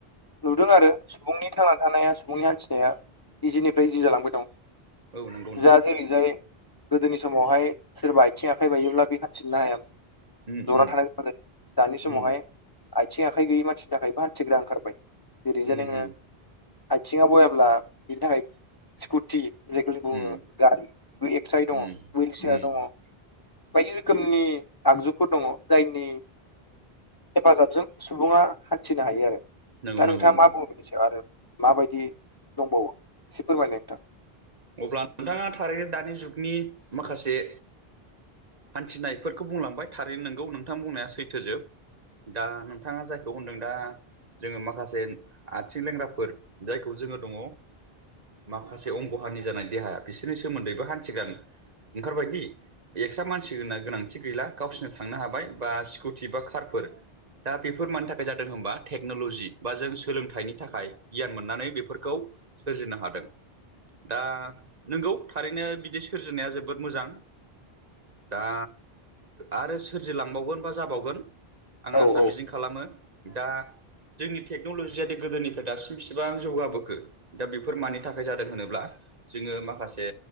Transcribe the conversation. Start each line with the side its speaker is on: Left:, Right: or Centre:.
Left: नुदों आरो सुबुंनि थांनानै थानाया सुबुंनि हान्थिनाया इजिनिफ्राय इजि जालांबाय दं।
Right: औ नंगौ नोंथां
Left: जाहाज जेरैजाय गोदोनि समावहाय सोरबा आथिं आखाइ बायोब्ला बे हान्थिननो हायामोन।
Right: उम
Left: जना
Right: उम
Left: थानाय गोनां जायो। दानि समावहाय
Right: उम
Left: आइथिं आखाइ गैयै मानसिनि थाखायबो हान्थिग्रा ओंखारबाय जेरै जाय
Right: उम
Left: नोङो
Right: उम
Left: आथिङाव बयाब्ला बिनि थाखाय स्कुटि जायखौ जों बुङो
Right: उम
Left: गारि बे एक्साइ दङ
Right: उम
Left: हुइल चियार
Right: उम
Left: दङ बायदि रोखोमनि आगजुफोर दङ जायनि हेफाजाबजों सुबुङा हान्थिनो हायो आरो
Right: नंगौ
Left: दा
Right: नंगौ
Left: नोंथाङा
Right: नोंथां
Left: मा बुंङो? से आरो माबायदि दंबावो एसे फोरमायनाय नोंथां।
Right: अब्ला नोंथाङा थारैनो दानि जुगनि माखासे हान्थिनायफोरखौ बुंलांबाय थारैनो नोंगौ नोंथां बुंनाया सैथोजोब। दा नोंथाङा जायखौ होनदों दा जोङो माखासे आथिं लेंग्राफोर जायखौ जोङो दङ माखासे खहानि जानाय देहाया बिसोरनि सोमोन्दैबो हान्थिगोन ओंखारबायदि एक्सट्रा मानसि होनना गोनांथि गैला गावसोरनो थांनो हाबाय बा स्कुटि बा कारफोर दा बेफोर मानि थाखाय जादों होनबा टेक्न'ल'जि बा जों सोलोंथाइनि थाखाय गियान मोननानै बेफोरखौ सोरजिनो हादों। दा नंगौ थारैनो बिदि सोरजिनाया जोबोद मोजां। दा आरो सोरजिलांबावगोन बा जाबावगोन आं
Left: औ
Right: आसा‌
Left: औ
Right: मिजिं खालामो दा जोंनि टेक्न'लजियााद गोदोनिफ्राय दासिम बिसिबां जौगाबोखो दा बेफोर मानि थाखाय जादों होनोब्ला जोङो माखासे